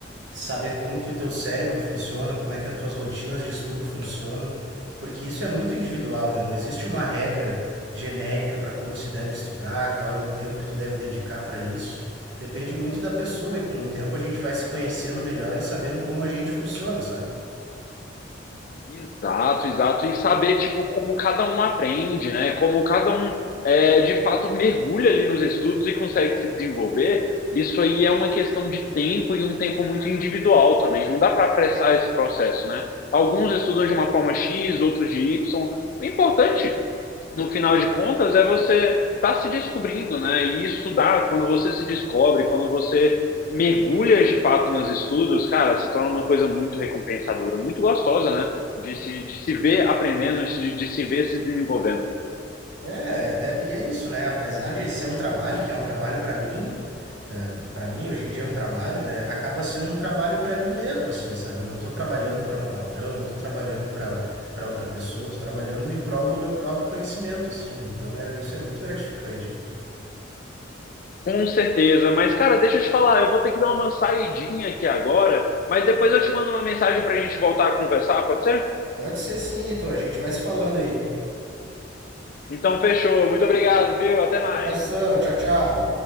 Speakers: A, on the right; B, on the left.
A: saber como que o teu cérebro funciona, como é que as tuas rotinas de estudo funcionam, porque isso é muito individual, né? Não existe uma regra genérica para como se deve estudar, qual é o tempo que tu deve dedicar para isso. Depende muito da pessoa e com o tempo a gente vai se conhecendo melhor e sabendo como a gente funciona, sabe?
B: Exato, exato. E saber, tipo, como cada um aprende, né? Como cada um, é, de fato, mergulha ali nos estudos e consegue se desenvolver. Isso aí é uma questão de tempo e um tempo muito individual também. Não dá para apressar esse processo, né? Alguns estudam de uma forma X, outros de Y. O importante no final de contas, é você tá se descobrindo, né? E estudar, quando você se descobre, quando você mergulha de fato nos estudos, cara, se torna uma coisa muito recompensadora, muito gostosa, né? De se, de se ver aprendendo, de, de se ver se desenvolvendo.
A: É, até, e é isso, né? Apesar de ser um trabalho, que é um trabalho pra mim, é, para mim hoje em dia é um trabalho, né? Acaba sendo um trabalho pra mim mesmo, assim, sabe? Eu não tô trabalhando pra um patrão, não tô trabalhando pra para outra pessoa, tô trabalhando em prol do meu próprio conhecimento, assim, né? Então é, isso é muito gratificante, cara.
B: Com certeza, mas cara, deixa eu te falar, eu vou ter que dar uma saidinha aqui agora, mas depois eu te mando uma mensagem pra gente voltar a conversar, pode ser?
A: Pode ser sim, Heitor, a gente vai se falando aí.
B: Então fechou, muito obrigado, viu? Até mais.
A: Um abração, tchau, tchau.